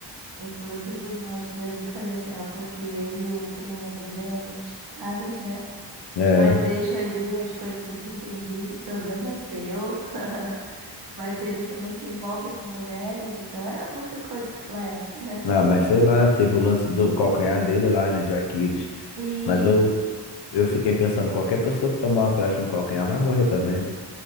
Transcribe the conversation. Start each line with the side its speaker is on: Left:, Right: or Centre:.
Right: Inclusive, mostra ali, por exemplo, que ele e o primo dele eram muito chegados, né?
Left: É.
Right: Mas deixa ali as coisas subentendidas, o problema é seu. <laughs> Mas ele também se envolve com mulheres, então é muita coisa daquela época, né?
Left: Ah, mas sei lá, teve o lance do calcanhar dele lá, né? De Aquiles.
Right: Isso.
Left: Mas eu Eu fiquei pensando, qualquer pessoa que tomar uma flecha no calcanhar vai morrer também.